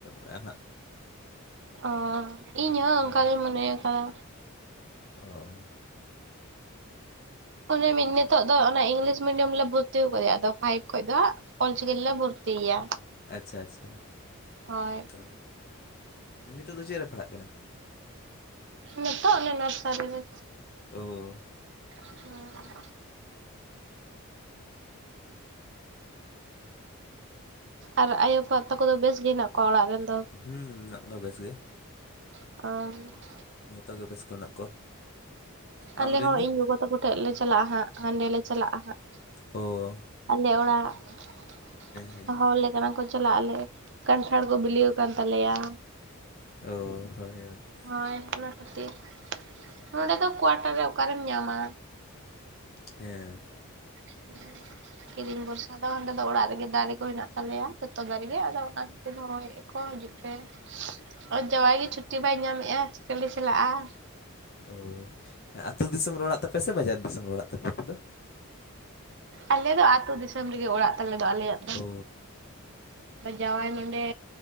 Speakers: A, on the left (about 45°); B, on the right (about 55°).
A: ᱟᱱᱟ ᱦᱟᱸᱜ᱾
B: ᱚ ᱤᱧ ᱦᱚᱸ ᱚᱝᱠᱟ
A: ᱦᱮᱸ
B: ᱜᱤᱧ ᱢᱚᱱᱮ ᱠᱟᱫᱟ᱾
A: ᱚ᱾
B: ᱚᱱᱮ ᱢᱤᱱ ᱱᱮᱛᱚᱜ ᱫᱚ ᱚᱱᱟ ᱤᱝᱞᱤᱥᱼᱼ ᱢᱤᱰᱤᱭᱟᱢ ᱨᱮᱞᱮ ᱵᱷᱚᱨᱛᱤ ᱟᱠᱟᱫᱮᱭᱟ ᱟᱫᱚ ᱯᱷᱟᱭᱤᱵ ᱠᱷᱚᱡ ᱫᱚ ᱦᱟᱸᱜ ᱚᱞ ᱪᱤᱠᱤ ᱨᱮᱞᱮ ᱵᱷᱚᱨᱛᱤᱭᱟ᱾
A: ᱟᱪᱪᱷᱟ ᱟᱪᱪᱷᱟ᱾
B: ᱦᱳᱭ᱾
A: ᱚᱱᱠᱟ ᱜᱮ᱾ ᱱᱤᱛᱚᱜ ᱫᱚ ᱪᱮᱫ ᱨᱮ ᱯᱟᱲᱦᱟᱜ ᱠᱟᱱᱟᱭ
B: ᱱᱮᱛᱚᱜ ᱢᱮᱱᱟᱜ-ᱟ ᱛᱷᱟᱨᱤ ᱨᱮ᱾
A: ᱳ᱾
B: <inaudible> ᱟᱨ ᱟᱭᱳ ᱵᱟ ᱛᱟᱠᱚ ᱫᱚ ᱵᱮᱥ ᱜᱮ ᱦᱮᱱᱟᱜ ᱠᱚᱣᱟ ᱚᱲᱟᱜ ᱨᱮᱱ ᱫᱚ?
A: ᱦᱩᱸ ᱚᱲᱟᱜ ᱨᱮᱱ ᱫᱚ ᱵᱮᱥ ᱜᱮ ᱾
B: ᱚ᱾
A: ᱡᱷᱚᱛᱚ ᱜᱮ ᱵᱮᱥ ᱜᱮ ᱢᱮᱱᱟᱜ ᱠᱚᱣᱟ᱾
B: ᱟᱞᱮ
A: ᱟᱢᱨᱮᱱ
B: ᱦᱚᱸ
A: ᱫᱚ
B: ᱤᱧ ᱜᱚᱜᱚ ᱛᱟᱠᱚ ᱴᱷᱮᱡ ᱞᱮ ᱪᱟᱞᱟᱜᱼᱟ ᱦᱟᱸᱜ, ᱦᱟᱸᱰᱮ ᱞᱮ ᱪᱟᱞᱟᱜᱼᱟ ᱦᱟᱸᱜ ᱾
A: ᱳ
B: ᱟᱞᱮ ᱚᱲᱟᱜ
A: ᱦᱮᱸ
B: ᱦᱚᱲ ᱞᱮᱱᱟ ᱠᱟᱱᱟ ᱠᱚ ᱾ ᱪᱟᱞᱟᱜ ᱟᱞᱮ ᱠᱟᱱᱴᱷᱟᱲ ᱠᱚ ᱵᱤᱞᱤ ᱟᱠᱟᱱ ᱛᱟᱞᱮᱭᱟ ᱾
A: ᱚᱻ ᱦᱳᱭ ᱦᱳᱭ ᱾
B: ᱦᱳᱭ ᱟᱱᱟ ᱠᱷᱟᱹᱛᱤᱨ ᱱᱚᱰᱮ ᱫᱚ ᱠᱚᱣᱟᱴᱟᱨ ᱨᱮ ᱚᱠᱟᱨᱮᱢ ᱧᱟᱢᱟ᱾
A: ᱦᱮᱸ᱾
B: <inaudible> <unintelligible> ᱵᱷᱚᱨᱥᱟ ᱫᱚ ᱚᱸᱰᱮ ᱫᱚ ᱚᱲᱟᱜ ᱨᱮᱜᱮ ᱫᱟᱨᱮ ᱠᱚ ᱦᱮᱱᱟᱜ ᱛᱟᱞᱮᱭᱟ ᱡᱚᱛᱚ ᱫᱟᱨᱮ ᱜᱮ ᱟᱫᱚ ᱚᱱᱟ ᱯᱮ ᱨᱦᱚᱭ ᱠᱚ ᱦᱤᱡᱩᱜ ᱯᱮ ᱾ ᱟᱨ ᱡᱟᱶᱟᱭ ᱜᱮ ᱪᱷᱩᱴᱤ ᱵᱟᱭ ᱧᱟᱢᱮᱫᱼᱟ ᱠᱷᱮᱞᱮ ᱪᱟᱞᱟᱜ-ᱟ ᱾
A: ᱚ ᱟᱹᱛᱩ ᱫᱤᱥᱚᱢ ᱨᱮ ᱚᱲᱟᱜ ᱛᱟᱯᱮ ᱥᱮ ᱵᱟᱡᱟᱨ ᱫᱤᱥᱚᱢ ᱨᱮ ᱚᱲᱟᱜ ᱛᱟᱯᱮ ᱟᱯᱮ ᱫᱚ?
B: ᱟᱞᱮ ᱫᱚ ᱟᱹᱛᱩ ᱫᱤᱥᱚᱢ ᱨᱮᱜᱮ ᱚᱲᱟᱜ ᱛᱟᱞᱮ ᱫᱚ ᱟᱞᱮᱭᱟᱜ ᱫᱚ᱾
A: ᱚ
B: ᱡᱟᱶᱟᱭ ᱱᱚᱰᱮ